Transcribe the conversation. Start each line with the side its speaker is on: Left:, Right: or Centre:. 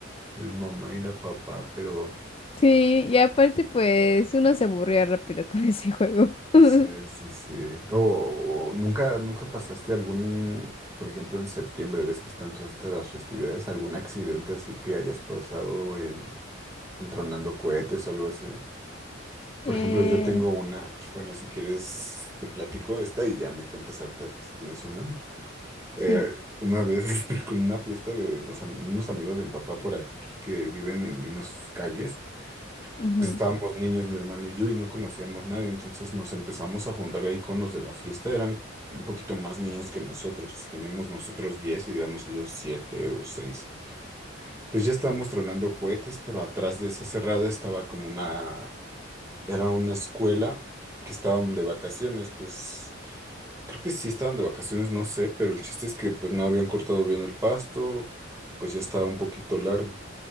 Right: el mamá y la papá, pero
Left: Sí, y aparte pues uno se aburría rápido con ese juego. <laughs>
Right: sí, sí, sí. O, o nunca, nunca pasaste algún, por ejemplo, en septiembre, ves que están todas estas las festividades, algún accidente así que hayas pasado en, en tronando cohetes o algo así. Por
Left: Eh,
Right: ejemplo, yo tengo una, bueno, si quieres te platico esta y ya me cuentas ahorita si tienes una. Eh,
Left: sí,
Right: una vez <laughs> este, con una fiesta de los, am- unos amigos de mi papá por aquí que viven en unas calles,
Left: ujú,
Right: pues estábamos niños, mi hermano y yo, y no conocíamos nadie, entonces nos empezamos a juntar ahí con los de la fiesta, eran un poquito más niños que nosotros, teníamos nosotros 10 y digamos ellos 7 o 6. Pues ya estábamos tronando cohetes, pero atrás de esa cerrada estaba como una era una escuela que estaban de vacaciones, pues creo que sí estaban de vacaciones, no sé, pero el chiste es que pues no habían cortado bien el pasto y pues ya estaba un poquito largo.